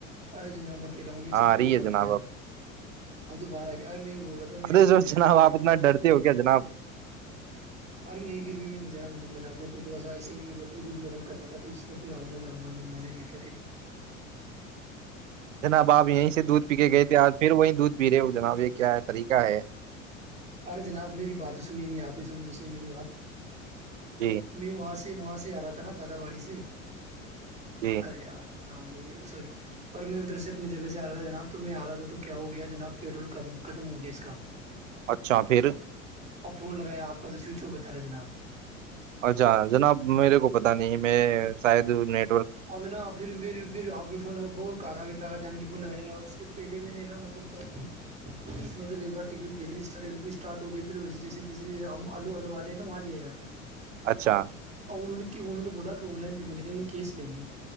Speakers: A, on the right; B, on the right.
A: ارے جناب اکیلا ہوں میں چھت
B: ہاں
A: پہ
B: آ
A: نہیں
B: رہی
A: جاؤں
B: ہے جناب
A: گا یار
B: اب
A: اب دوبارہ آ گیارے میں یہ بول رہا تھا میں
B: ارے سر جناب
A: فون
B: آپ
A: بھی
B: اتنا ڈرتے ہو کیا جناب
A: ارے نہیں پھر بھی میں نہیں جانا مطلب جناب میرے تھوڑا ایسے مطلب دھ گرم کرنا تھا ج اس پھر آؤںا ہا میں مزہ نہیں آتا پھر
B: جناب آپ یہیں سے دودھ پی کے گئے تھے آج پھر وہیں دودھ پیرے جناب یہ کیا طریقہ ہے
A: ارے جناب میری بات سنی نہیں آپ نے سنو دوسے میری بات
B: جی
A: یں وہاں سے سے وہاں سے آ رہا تھا نا دادا باڑی سے
B: جی
A: ار ن لی سوری پر میں ادھر سے اپنی جگہ سے آ رہا تھا جناب تو میں آ رہا تھا تو کیا ہو گیا جناب پیٹرول کم ختم ہو گیا اس کا
B: اچھا پھر
A: اور فون لگایا آپ کا تو سویچو بتا رہا جناب
B: اچھا جناب میرے کو پتا نہیں میں شاید نی
A: ابھی نا پھر پھر آپ کے فون ب کا کاا جان کے فون لگے کا پہلے میں نے نا مطلب کیا کیا کہ مطلب ایک بار وی د اسارٹ ہو گئی پھری جیسے جیسے آلو آو والے ہیں نا وہاں لیاا
B: اچھا
A: اور انہوں نے انہوں نے بولا کہ آن لائن پیمنٹیں لیں گے